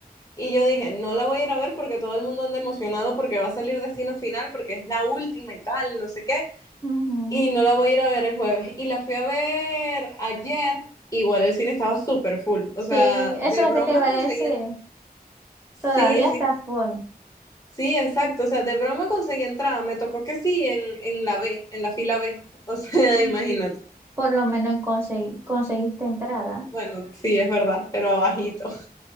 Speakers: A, on the left; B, on the right.
A: y yo dije, no la voy a ir a ver porque todo el mundo anda emocionado porque va a salir Destino Final, porque es la última y tal, no sé qué,
B: Ujú.
A: y no la voy a ir a ver el jueves. Y la fui a ver ayer, igual el cine estaba súper full, o
B: Sí,
A: sea,
B: eso
A: de
B: es lo
A: broma
B: que te iba a
A: conseguí,
B: decir.
A: sí,
B: Todavía
A: sí,
B: está full.
A: sí, exacto, o sea, de broma conseguí entrada, me tocó que sí en, en la B, en la fila B, o sea,
B: Mm.
A: <laughs> imagínate.
B: Por lo menos consegui- conseguiste entrada.
A: Bueno, sí, es verdad, pero abajito.